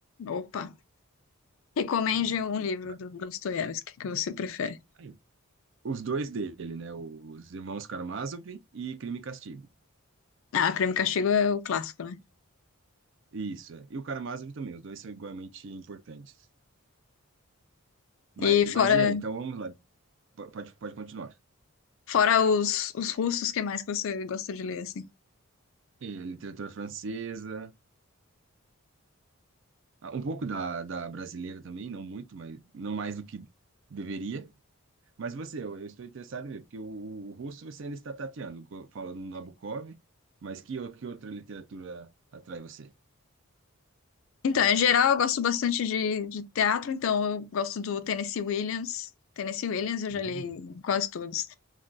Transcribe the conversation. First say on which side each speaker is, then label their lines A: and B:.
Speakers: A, on the left (about 65°); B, on the right (about 55°).
A: Opa. Recomende
B: É.
A: um livro
B: Mas,
A: do Dostoiévski que você prefere.
B: aí, Os dois dele, né? Os Irmãos Karamazov e Crime e Castigo.
A: Ah, Crime e Castigo é o clássico, né?
B: Isso, é. E o Karamazov também, os dois são igualmente importantes. Mas,
A: E fora,
B: mas e aí? Então vamos lá, po- pode, pode continuar.
A: fora os, os russos, que mais que você gosta de ler, assim?
B: E, literatura francesa, ah, um pouco da, da brasileira também, não muito, mas não mais do que deveria. Mas você, eu, eu estou interessado em ver, porque o, o russo você ainda está tateando, co- falando no Nabokov, mas que, o- que outra literatura atrai você?
A: Então, em geral, eu gosto bastante de, de teatro, então eu gosto do Tennessee Williams. Tennessee Williams eu já
B: Hum.
A: li quase todos.